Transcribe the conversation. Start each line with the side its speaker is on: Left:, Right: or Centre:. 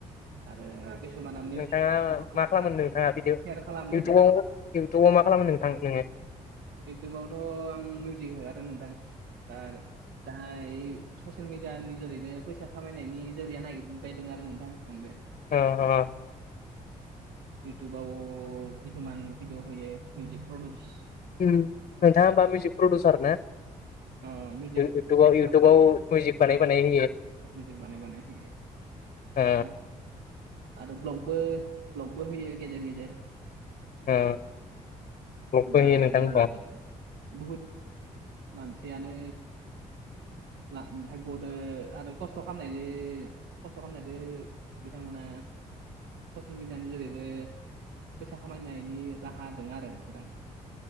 Right: आरो किसुमाना मिउजिक
Left: नोंथाङा मा
Right: सेयार
Left: खालामो, नोंथाङा भिडिअ
Right: खालामो
Left: इउटुबाव इउटुबाव मा खालामो नोंथां नोङो?
Right: इउटुबावथ' आं मिउजिक हेगारो नोंथां दा दायो ससियेल मिडियानि जोरैनो फैसा खामायनायनि जोरिया नागिरबायदों आरो नोंथां आंबो।
Left: अ अ।
Right: इउटुबाव कसुमान भिदिअ होयो मिउजिक प्रदिउस
Left: ओम नोंथाङा मा मिउजिक प्रडिउसार ना?
Right: ओ मिउजिकनि
Left: इउ-इउथुबाव इउटुबाव
Right: माबा
Left: मिउजिक बानाय
Right: आरो
Left: बानाय होयो।
Right: मिउजिक बानाय बानाय होयो
Left: ओ
Right: आरो आरो ब्लगबो ब्लगबो होयो गेजेर गेजेर।
Left: ओ ब्लगबो
Right: दा
Left: होयो नोंथां
Right: एनो
Left: होमबा
Right: आरोखि बुहुत मानसियानो <unintelligible> फायग'दो आरो खस्थ' खालामनायदो खस्थ' खालामनायदो बिथांमोना ससियेल मिडियानि जोरैबो फैसा खामायनायनि राहा दोङो आरो नोंथां।